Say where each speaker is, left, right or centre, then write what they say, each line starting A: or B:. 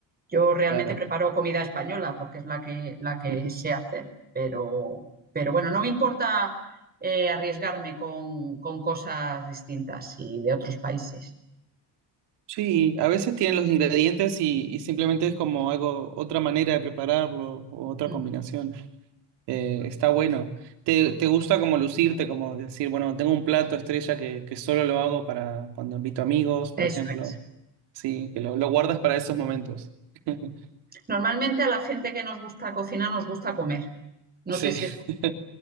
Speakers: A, on the right; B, on the right.
A: Yo realmente
B: Claro.
A: preparo comida española porque es la que, la que
B: Ujú.
A: sé hacer, pero, pero bueno, no me importa eh, arriesgarme con, con, cosas distintas y de otros países.
B: Sí, a veces tienen los ingredientes y, y simplemente es como algo, otra manera de prepararlo o otra
A: Mm,
B: combinación. Eh, está bueno. ¿Te, te gusta como lucirte, como decir, bueno, tengo un plato estrella que, que solo lo hago para cuando invito amigos, por
A: Eso
B: ejemplo?
A: es.
B: Sí, que lo, lo guardas para esos momentos. <laughs>
A: Normalmente a la gente que nos gusta cocinar nos gusta comer. No
B: Sí,
A: sé si es
B: <laughs>